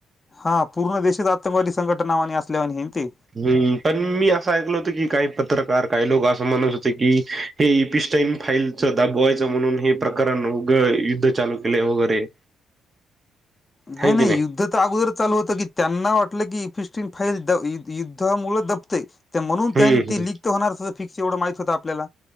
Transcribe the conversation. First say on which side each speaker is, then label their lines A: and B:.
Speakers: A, on the left (about 25°); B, on the right (about 30°).
A: हां पूर्ण देशच आतंकवादी संघटना असल्या वानी हे न ते.
B: हं, पण मी असं ऐकलं होत की काही पत्रकार, काही लोक असं म्हणत होते की हे इपिस्टाईन फाईलचं दाबवायचं म्हणून हे प्रकरण उग युद्ध चालू केलंय वगैरे?
A: <inaudible> नाही
B: हाय की
A: नाही युद्ध तर अगोदर चालू होतं की त्यांना वाटलं की इपिस्टीन फाईल युद्धा मुळे दबतेय. म्हणून
B: हम्म
A: त्यांनी ती
B: हम्म
A: लिक होणार फिक्स एवढं माहित होतं आपल्याला.